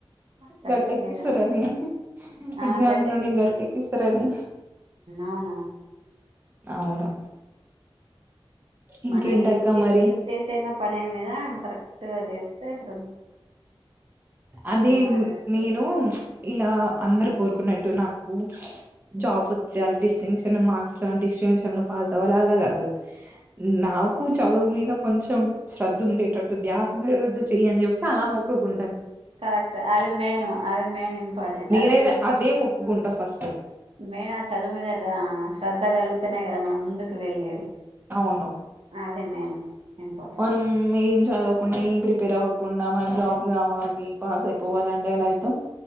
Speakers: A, on the right (about 75°); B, on the right (about 20°).
A: స్టడీస్
B: గట్టెక్కిస్తరని
A: మీద ఆ
B: ఎగ్జామ్స్
A: గట్టెక్కిస్తాడు
B: నుండి గట్టెక్కిస్తరని
A: అవునవును
B: అవును ఇంకేంటక్క
A: మన ఏ చే
B: మరి
A: ఏ చేసేనా పనే మీద కరెక్ట్గా చేస్తే శ్ర
B: అది
A: నెరవేరుస్తది
B: నేను ప్చ్ ఇలా అందరు కోరుకున్న ట్టు నాకు జాబ్ వచ్చేయాలి డిస్టింక్షన్ మార్క్స్ లో డిస్టింషన్ లో పాస్ అవ్వాల అలా కాదు. నాకు చదువు మీద కొంచెం శ్రద్ధ ఉండేటట్టు, ధ్యాస ఉండేటట్టు, చెయ్యీ అని చె ప్పి అలా మొక్కుకుం
A: కరెక్ట్ అది మెయిను అది మెయిన్ ఇంపార్టెంట్
B: నేనైతే
A: అది
B: అదే మొక్కుకుంటా ఫస్ట్
A: మెయినా చదువు మీద ద్యా శ్రద్ధ కలుగుతేనె కదా మనం ముందుకు వెళ్ళేది
B: అవును
A: అది మెయిన్ ఇంపార్టెంట్
B: మనం ఏం చదువు కొని ప్రిపేర్ అవ్వకుండా మనం జాబ్ కావాలి పాస్ అయిపోవాలి అంటే ఎలా అయితం